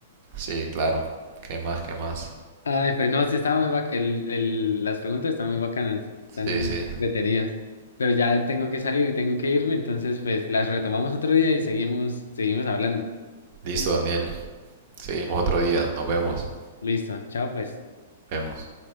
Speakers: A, on the right (about 50°); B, on the left (about 80°).
A: Sí, claro. ¿Qué más? ¿Qué más?
B: Ay, pues no, sí, estaba muy bac- el, el- las preguntas están muy bacanas, están
A: Sí, sí.
B: detenidas, pero ya tengo que salir y tengo que irme, entonces pues las retomamos otro día y seguimos, seguimos hablando.
A: Listo, Daniel. Seguimos otro día. Nos vemos.
B: Listo, chao pues.
A: Vemos.